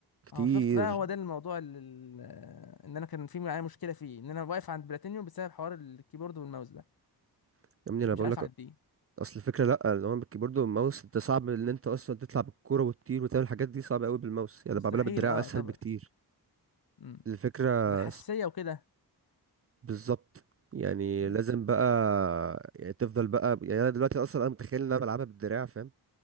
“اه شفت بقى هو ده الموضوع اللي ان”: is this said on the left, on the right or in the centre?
Left